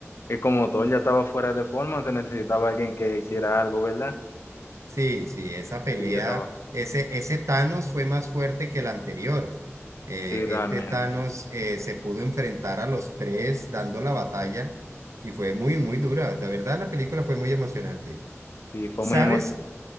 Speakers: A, on the left; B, on the right.
A: Y como todo ya estaba fuera de forma, se necesitaba alguien que hiciera algo, ¿verdad?
B: Sí, sí, esa pelea,
A: Sí, ya estaba.
B: ese, ese Thanos fue más fuerte que el anterior. Eh,
A: Sí, realmente.
B: este Thanos eh, se pudo enfrentar a los tres dando la batalla y fue muy, muy dura. La verdad, la película fue muy emocionante.
A: Sí, fue
B: ¿Sabes?
A: muy emocionante.